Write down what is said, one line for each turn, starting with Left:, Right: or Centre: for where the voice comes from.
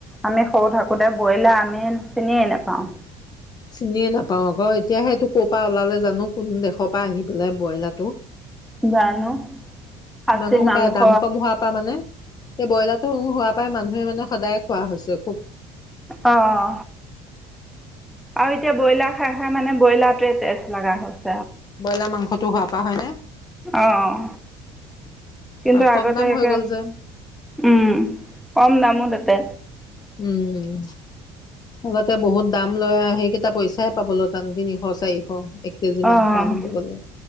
Centre: আমি সৰু থাকোঁতে ব্ৰইলাৰ আমি চিনিয়েই নেপাওঁ।
Left: চিনিয়ে নাপাও আকৌ এতিয়া সেইটো ক'ৰ পৰা ওলালে জানো কোন দেশৰ পৰা আহি পেলাই ব্ৰইলাৰটো।
Centre: জানো খাচী
Left: মানুসোপাই
Centre: মাংস
Left: পৰা দাম কম হোৱাৰ পৰা মানে এই ব্ৰইলাৰটোৰ হোৱা পৰাাই মানুহে মানে সদায় খোৱা হৈছে খুব।
Centre: অ' আৰু এতিয়া ব্ৰইলাৰ খাই খাই মানে ব্ৰইলাৰটোৱে টেষ্ট লগা হ'ল।
Left: ব্ৰইলাৰ মাংসটো হোৱা পা হয়নে।
Centre: অ', কিন্তু
Left: কম
Centre: আগতে
Left: দাম হৈ
Centre: একে
Left: গ'ল যে
Centre: উম কম দামো তাতে।
Left: উম আগতে বহুত দাম লয় সেইকেইটা পইচাহে পাব লগ তিনিশ চাৰিশ এক কেজি মাংস
Centre: অ',
Left: আনিব গ'লে।